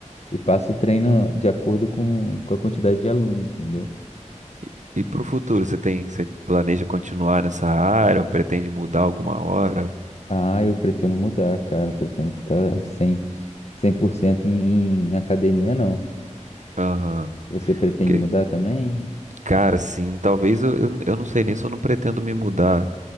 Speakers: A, on the left; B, on the right.
A: e passa o treino de acordo com, com a quantidade de alunos, entendeu?
B: E, e para o futuro, você tem, você planeja continuar nessa área ou pretende mudar alguma hora?
A: Ah, eu pretendo mudar, cara. Pretendo ficar 100%, 100% em, em academia, não.
B: Aham.
A: Você pretende
B: que
A: mudar também?
B: cara, sim, talvez eu, eu, eu não sei nem se eu não pretendo me mudar,